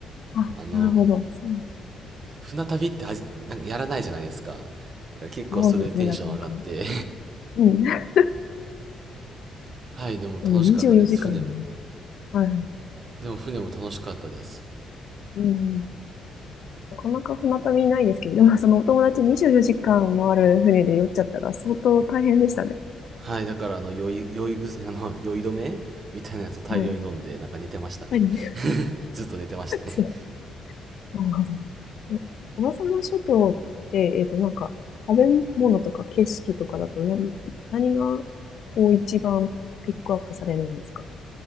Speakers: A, on the left; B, on the right.
A: あ、
B: あの、
A: なるほど。そう。
B: 船旅ってはじ、なんかやらないじゃないですか。だから結構それでテンション上がって、
A: そうですね、なかなか。うん。<laughs>
B: <laughs> はい、でも楽しかったです。
A: でも24時間ね。
B: 船も。
A: はい。
B: でも船も楽しかったです。
A: うん。なかなか船旅ないですけど、<laughs> でもそのお友達24時間もある船で酔っちゃったら相当大変でしたね。
B: はい、だからあの、酔い、酔いぐす、<laughs> あの、酔い止めみたいなやつを大量に飲んで、
A: はい。
B: なんか寝てましたね。
A: 大変です。
B: <laughs> ずっと寝てましたね。
A: <laughs> なるほど。<laughs> え、小笠原諸島って、えっと、なんか、食べ物とか景色とかだと何、何が、こう、一番ピックアップされるんですか